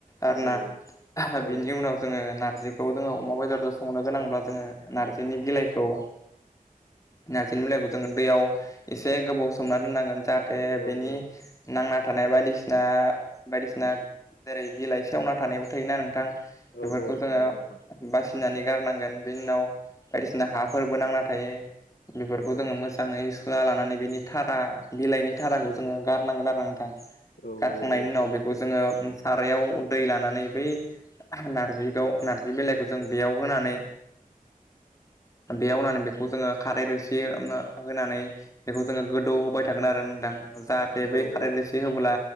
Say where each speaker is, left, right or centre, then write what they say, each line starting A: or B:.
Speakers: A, on the left; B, on the left.
A: आरोना
B: औ औ
A: बिनि उनाव जोङो नारजिखौ जोङो अमा बेदरजों संनो गोनांब्ला जोङो नारजिनि बिलाइखौ। नारजिनि बिलाइखौ जोङो दैयाव एसे गोबाव सोमना दोननांगोन जाहाथे
B: औ
A: बेनि
B: औ
A: नांना थानाय बायदिसिना-बायदिसिना जेरै- बिलाइसेवना थानायाव थायोना नोंथां। बेफोरखौ
B: औ औ
A: जोङो
B: नंगौ नोंथां
A: बसि नानै गारनांगोन बिनि उनाव बायदिसिना हाफोरबो नांना थायो। बेफोरखौ
B: औ
A: जोङो मोजाङै सु ना लानानै बिनि थारा बिलाइनि धाराखौ जोङो गारनांगोन आरो नोंथां।
B: औ
A: गारखांनायनि
B: औ औ
A: उनाव बेखौ जोङो सारायाव दै लानानै बै नार्जिद नार्जि बिलाइखौ जों बेयाव होनानै। बेयावनानै बेखौ जोङो खारै रोसि होनानै बेखौ जोङो गोदौ होबाय थागोन आरो नोंदां। जाहाथे
B: औ
A: बै खारै
B: औ
A: रोसि होब्ला